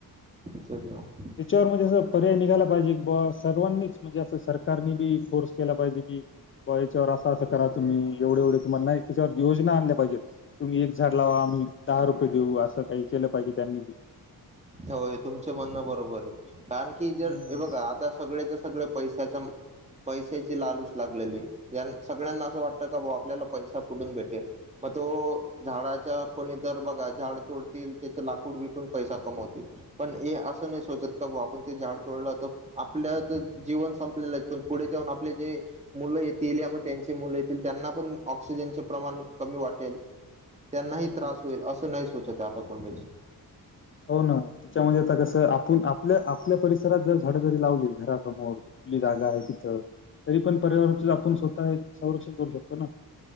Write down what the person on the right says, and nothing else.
च <unintelligible>
होय तुमच म्हणणं बरोबर आहे कारण की जर
हे बघा आता सगळ्याच्या सगळ पैशाच्या पैशाची लालूच लागलेली. यां सगळ्यांना असं वाटतं कां बां आपल्यांला पैसा कुठूंन भेटेल मंग तो झाडांच्या कोणी तरं बघां झाडं तोडतील त्यांचे लांकूड विकूंन पैसा पणं हे असं नाहीं सोचतं कां बां आपणं ते झाडं तोडलं तरं आपल्यांच जीवन संपलेलं आहे पणं पुढे जाऊंन आपले जे मुलं येतील यां मंग त्यांचे मुलं येतील त्यांना पणं ऑक्सिजनचे प्रमाणं कमी वाटेलं त्यांनाहीं
त्रासं होईलं असं नाहीं सोचतं आतां कोणीचं